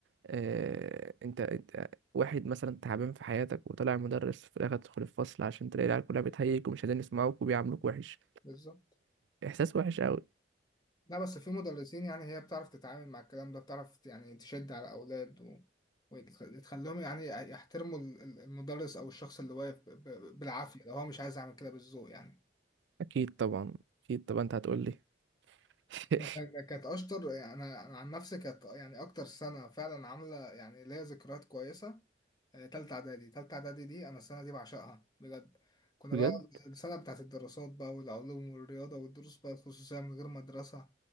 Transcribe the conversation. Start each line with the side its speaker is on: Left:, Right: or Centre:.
Right: آه انت, انت واحد مثلا تعبان في حياتك وطلع مدرس في الاخر تدخل الفصل عشان تلاقي العيال كلها بتهيج ومش عايزين يسمعوك وبيعاملوك وحش
Left: بالظبط
Right: احساس وحش قوي
Left: لا بس في مدرسين يعني هي بتعرف تتعامل مع الكلام ده بتعرف يعني تشد على الأولاد و... وتخليهم يعني يحترموا ال- ال- المدرس أو الشخص اللي واقف ب... ب... بالعافية لو هو مش عايز يعمل كده بالذوق يعني
Right: اكيد طبعا اكيد طبعا انت هتقول لي <laughs>
Left: أنا كان- كانت اشطر يعني انا انا عن نفسي كانت يعني اكتر سنه فعلا عامله يعني ليا ذكريات كويسه آه، تالتة اعدادي تالتة اعدادي دي انا السنه دي بعشقها بجد كنا
Right: بجد
Left: بقى السنه بتاعت الدراسات بقى والعلوم والرياضه والدروس بقى الخصوصيه من غير مدرسه